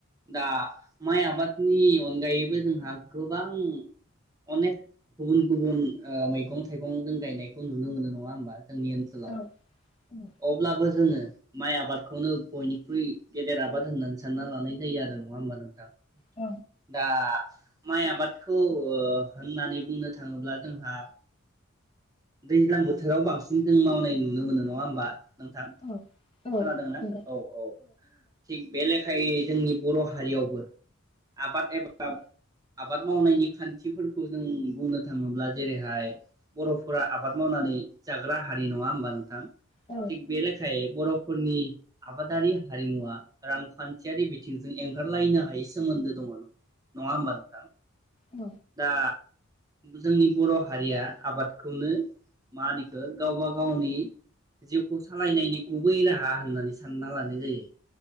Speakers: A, on the right (about 15°); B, on the left (about 25°).
A: दा माइ आबादनि अनगायैबो जोंहा गोबां अनेक गुबुन गुबुन ओ मैगं थाइगं गायनायखौ नुनो मोनो नङा ओमबा जोंनि ओनसोलाव
B: औ औ
A: अब्लाबो जोंङो माइ आबादखौनो बयनिख्रुइ गेदेर आबाद होननानै सानना लानाय जायो आरो नङा ओमबा नोंथां
B: औ
A: दा माइ आबाद खौ ओ होननानै बुंनो थाङोब्ला जोंहा दैज्लां बोथोराव बांसिन जों मावनाय नुनो मोनो नङा ओमबा नोंथां खोनादोंना
B: औ औ नंगौ
A: औ औ थिग बे लेख थाय जोंनि बर हारियावबो आबाद एबा <unintelligible>
B: औ
A: ब आबाद मावनायनि खान्थिफोरखौ जों बुंनो थाङोब्ला जेरैहाय बरफोरा आबाद मावनानै जाग्रा हारि नङा ओमबा नोंथां थिग
B: औ
A: बेलखायै बर' फोरनि आबादारि हारिमुवा रांखान्थियारि बिथिंजों एंगारलायनो हायै सोमोन्दो दङ नङा ओमबा नोंथां
B: औ
A: दा जोंनि बर हारिया आबादखौनो मा ओनो इखो गावबा गावनि जिउखौ सालायनायनि गुबै राहा होननानै सानना लानाय जायो